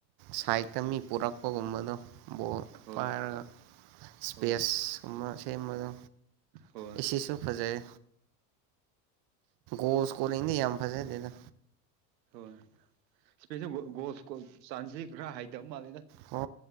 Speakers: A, on the right; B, on the right.
A: ꯁꯥꯏꯠꯇ ꯃꯤ ꯄꯨꯔꯛꯄꯒꯨꯝꯕꯗꯣ ꯕꯣꯠ
B: ꯍꯣꯏ
A: ꯄꯥꯏꯔꯒ ꯏꯁꯄꯦꯁꯀꯨꯝꯕ
B: ꯍꯣꯏ
A: ꯁꯦꯝꯕꯗ
B: ꯍꯣꯏ
A: ꯑꯦꯁꯤꯁꯨꯨ ꯐꯖꯩ ꯣꯁ ꯀꯣ ꯂꯩꯗꯤ ꯌꯥꯝ ꯐꯁꯦꯗ
B: ꯍꯣꯏ ꯏꯁꯒꯣ ꯆꯥꯟꯁꯤ ꯈꯔ ꯍꯥꯏꯩꯇꯕ ꯃꯥꯜꯂꯤꯦꯗ
A: ꯍ